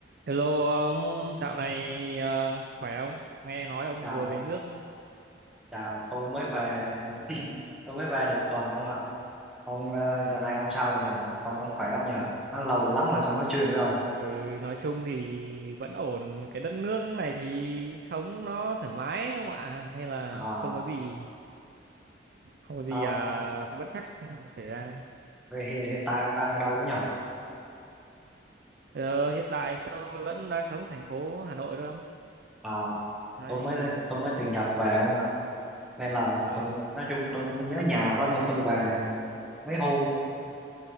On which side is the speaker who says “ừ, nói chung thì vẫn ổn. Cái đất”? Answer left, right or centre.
Right